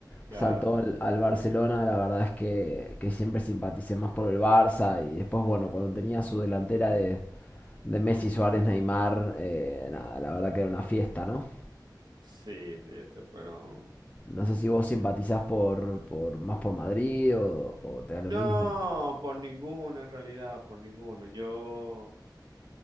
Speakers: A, on the right; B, on the left.
A: claro,
B: saltó al, al
A: claro.
B: Barcelona, la verdad es que, que siempre simpaticé más por el Barça. Y después, bueno, cuando tenía su delantera de, de Messi, Suárez, Neymar, eh, nada, la verdad que era una fiesta, ¿no?
A: Sí, sí, esos fueron,
B: No sé
A: esos
B: si vos simpatizás por, por más por Madrid o, o te da
A: No,
B: lo mismo.
A: por ninguno en realidad, por ninguno. Yo,